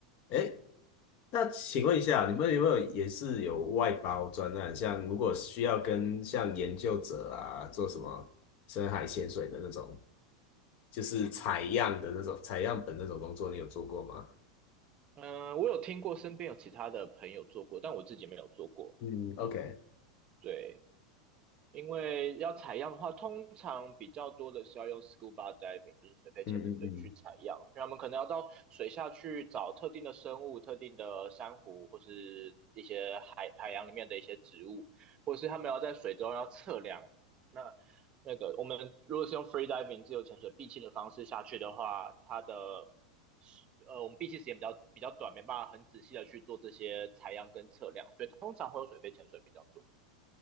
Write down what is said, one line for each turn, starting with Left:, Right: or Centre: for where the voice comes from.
Left: 哎，那请问一下，你们有没有也是有外包专案？像如果需要跟像研究者啊做什么深海潜水的那种，就是采样的那种采样本那种工作，你有做过吗？
Right: 嗯、我有听过身边有其他的朋友做过，但我自己没有做过。
Left: 嗯，OK。
Right: 对，因为要采样的话，通常比较多的是要用 scuba diving，就是水肺潜水去采样。
Left: 嗯嗯嗯，
Right: 那我们可能要到水下去找特定的生物、特定的珊瑚，或是一些海海洋里面的一些植物，或是他们要在水中要测量。那那个我们如果是用 free diving 自由潜水闭气的方式下去的话，它的呃我们闭气时间比较比较短，没办法很仔细的去做这些采样跟测量，所以通常会用水肺潜水比较多。